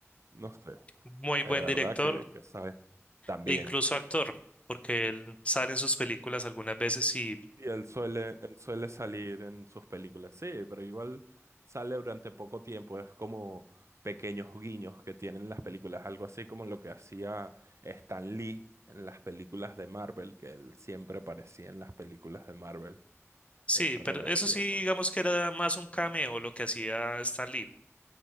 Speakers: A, on the right; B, on the left.
A: no sé,
B: muy
A: de
B: buen
A: verdad
B: director
A: que, que sabe. También.
B: e incluso actor, porque él sale en sus películas algunas veces y
A: Y él suele, él suele salir en sus películas, sí, pero igual sale durante poco tiempo, es como pequeños guiños que tienen las películas, algo así como lo que hacía Stan Lee en las películas de Marvel, que él siempre aparecía en las películas de Marvel,
B: sí,
A: eso era
B: pero
A: gracioso.
B: eso sí, digamos que era más un cameo lo que hacía Stan Lee.